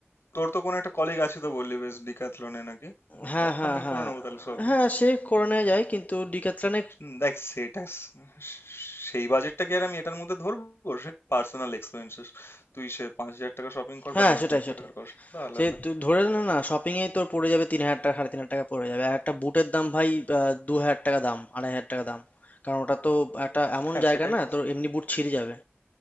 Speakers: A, on the left; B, on the left.
A: তোর তো কোনো একটা কলিগ আছে তো বললি বেশ ডিক্যাথলনে নাকি উম,
B: হ্যাঁ
A: ওখান
B: হ্যাঁ
A: থেকে
B: হ্যাঁ
A: করে নেবো তাহলে সব
B: হ্যাঁ সে করে নেওয়া যায় কিন্তু ডিক্যাথলনে
A: হুম, দেখ সেটা স- সেই বাজেটটা কি আর আমি এটার মধ্যে ধরবো সে পার্সোনাল এক্সপেন্সেস তুই সে পাঁচ হাজার টাকা শপিং কর
B: হ্যাঁ
A: বা দশ
B: সেটাই
A: হাজার
B: সেটাই
A: টাকার কর সেটা আলাদা
B: সে তুই ধরে নে না শপিং এ তোর পড়ে যাবে তিন হাজার টাকা সাড়ে তিন হাজার টাকা পড়ে যাবে আর একটা বুটের দাম ভাই আহ, দু হাজার টাকা দাম আড়াই হাজার টাকা দাম কারণ ওটা তো একটা এমন
A: হ্যাঁ
B: জায়গা
A: সেটাই
B: না তোর এমনি বুট ছিঁড়ে যাবে